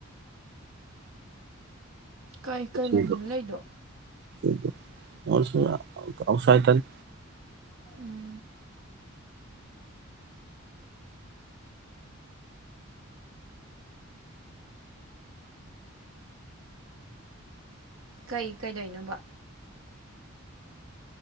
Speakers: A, on the right; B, on the right.
A: ꯀꯩ
B: ꯃꯁꯤꯡꯗꯣ
A: ꯀꯩ ꯂꯝꯗꯅꯣ ꯂꯩꯗꯣ
B: <unintelligible> ꯑꯥꯎꯠꯁꯥꯏꯗ ꯇꯅꯤ꯫
A: ꯎꯝ ꯀꯩ ꯀꯩꯗꯧꯏꯅꯣꯕ